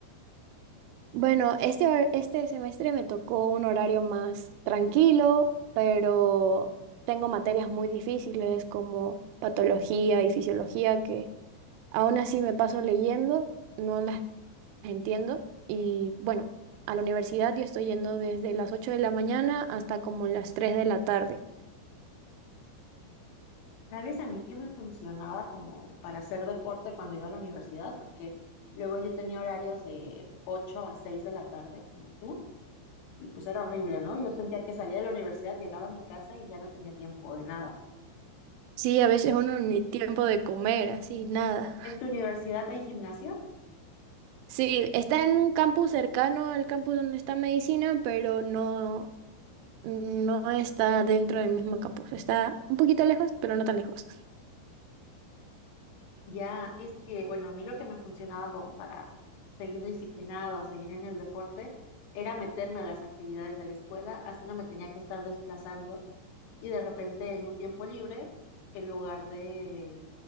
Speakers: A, on the right (about 85°); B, on the left (about 80°).
A: Bueno, este, hor- este semestre me tocó un horario más tranquilo, pero tengo materias muy difíciles como patología y fisiología que aún así me paso leyendo, no las entiendo. Y bueno, a la universidad yo estoy yendo desde las 8 de la mañana hasta como las 3 de la tarde.
B: ¿Sabes a mí qué me funcionaba como para hacer deporte cuando iba a la universidad? Porque luego yo tenía horarios de 8 a 6 de la tarde, como tú, y pues era horrible, ¿no? Yo sentía que salía de la universidad, llegaba a mi casa y ya no tenía tiempo de nada.
A: Sí, a veces
B: Bus-
A: uno ni tiempo de comer, así, nada.
B: ¿En tu universidad hay gimnasio?
A: Sí, está en un campus cercano al campus donde está medicina, pero no No está dentro del mismo campus, está un poquito lejos, pero no tan lejos.
B: Ya, es que, bueno, a mí lo que me funcionaba como para seguir disciplinada o seguir en el deporte era meterme a las actividades de la escuela, así no me tenía que estar desplazando y de repente en un tiempo libre, en lugar de,